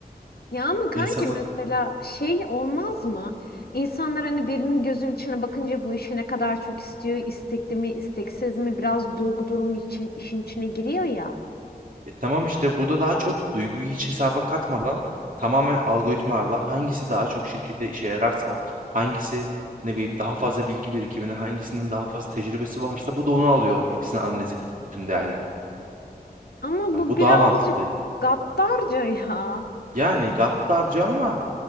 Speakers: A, on the left; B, on the right.
A: Ya ama kanki
B: <laughs> İnsanı
A: mesela şey olmaz mı? İnsanlar hani birinin gözünün içine bakınca bu işi ne kadar çok istiyor, istekli mi, isteksiz mi biraz duygu durum için işin içine giriyor ya.
B: E tamam işte burada daha çok duyguyu hiç hesaba katmadan tamamen algoritmalarla hangisi daha çok şirkete işe yararsa, hangisi ne bileyim daha fazla bilgi birikimini, hangisinin daha fazla tecrübesi varsa bu da onu alıyor. Hepsini analiz edip bütün değerleri.
A: Ama
B: Yani
A: bu
B: bu
A: birazcık
B: daha mantıklı.
A: gaddarca ya.
B: Yani gaddarca ama